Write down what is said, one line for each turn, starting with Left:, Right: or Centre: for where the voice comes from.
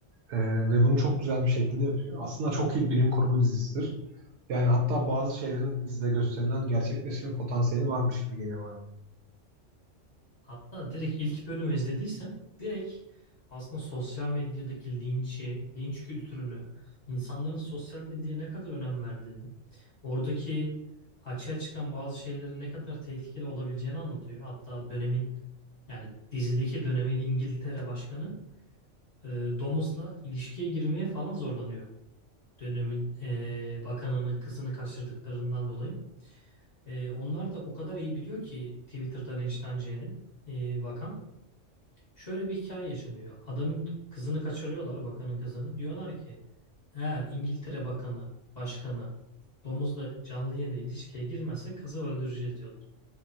Right: E, ve bunu çok güzel bir şekilde yapıyor. Aslında çok iyi bilim kurgu dizisidir. Yani hatta bazı şeylerin dizide gösterilen gerçekleşme potansiyeli varmış gibi geliyor bana.
Left: Hatta direkt ilk bölümü izlediyse direkt aslında sosyal medyadaki linçi, linç kültürünü, insanların sosyal medyaya ne kadar önem verdiğini, oradaki açığa çıkan bazı şeylerin ne kadar tehlikeli olabileceğini anlatıyor. Hatta dönemin yani dizideki dönemin İngiltere başkanı e, domuzla ilişkiye girmeye falan zorlanıyor. Dönemin e, bakanının kızını kaçırdıklarından dolayı. E, onlar da o kadar iyi biliyor ki Twitter'da linçleneceğini e, bakan. Şöyle bir hikaye yaşanıyor. Adamın kızını kaçırıyorlar, bakanın kızını. Diyorlar ki eğer İngiltere bakanı, başkanı domuzla canlı yayında ilişkiye girmezse kızı öldüreceğiz diyorlar.